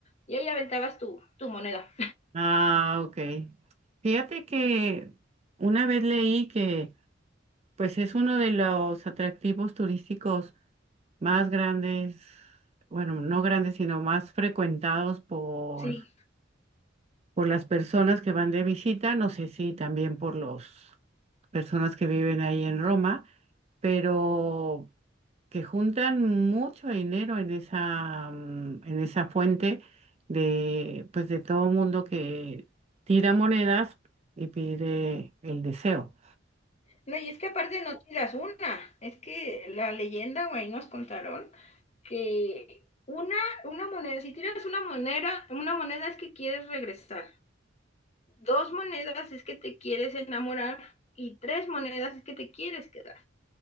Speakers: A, on the left; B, on the right.
A: y ahí aventabas tu, tu moneda.
B: Ah, ok. Fíjate que una vez leí que Pues es uno de los atractivos turísticos más grandes, bueno, no grandes, sino más frecuentados por,
A: Sí.
B: por las personas que van de visita, no sé si también por las personas que viven ahí en Roma, pero que juntan mucho dinero en esa, mm, en esa fuente de, pues de todo mundo que tira monedas y pide el deseo.
A: No, y es que aparte no tiras una, es que la leyenda, güey, nos contaron que una, una moneda, si tiras una moneda, una moneda es que quieres regresar, dos monedas es que te quieres enamorar y tres monedas es que te quieres quedar.